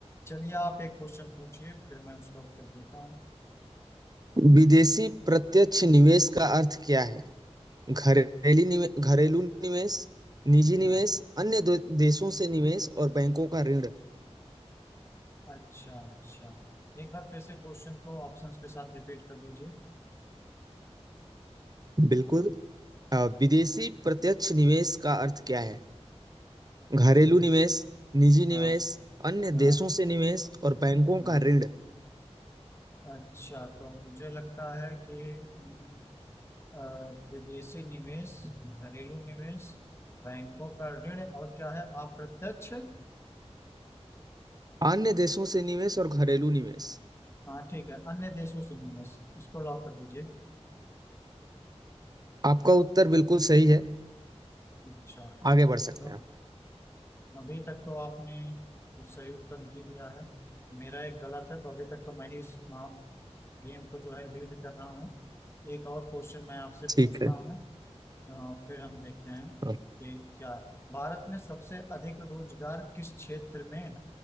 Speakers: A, on the left; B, on the right.
A: चलिए आप एक क्वेश्चन पूछिए फिर मैं उसका उत्तर देता हूँ
B: विदेशी प्रत्यक्ष निवेश का अर्थ क्या है घरेली निवे, घरेलू निवेश निजी
A: हाँ
B: निवेश अन्य दो- देशों से निवेश और बैंकों का ऋण
A: अच्छा अच्छा एक बार फिर से क्वेश्चन को ऑप्शंस के साथ रिपीट कर दीजिए
B: बिल्कुल अ, विदेशी प्रत्यक्ष निवेश का अर्थ क्या है घरेलू निवेश निजी
A: हाँ
B: निवेश अन्य
A: हाँ
B: देशों से निवेश और बैंकों
A: हाँ
B: का ऋण
A: अच्छा तो मुझे लगता है कि हम्म, अ, विदेशी निवेश घरेलू निवेश बैंकों का ऋण और क्या है अप्रत्यक्ष
B: अन्य देशों से निवेश और घरेलू निवेश
A: हाँ ठीक है अन्य देशों से निवेश इसको लॉक कर दीजिए
B: आपका उत्तर बिल्कुल सही है
A: अच्छा
B: आगे बढ़ सकते
A: तो
B: हैं
A: अभी तक तो आपने सही उत्तर नहीं दिया है मेरा एक गलत है तो अभी तक तो मैं ही इस गेम को जो है लीड कर रहा हूँ एक और क्वेश्चन मैं आपसे पूछता
B: ठीक है
A: हूँ हाँ, फिर हम देखते हैं
B: हाँ।
A: कि क्या है। भारत में सबसे अधिक रोजगार किस क्षेत्र में है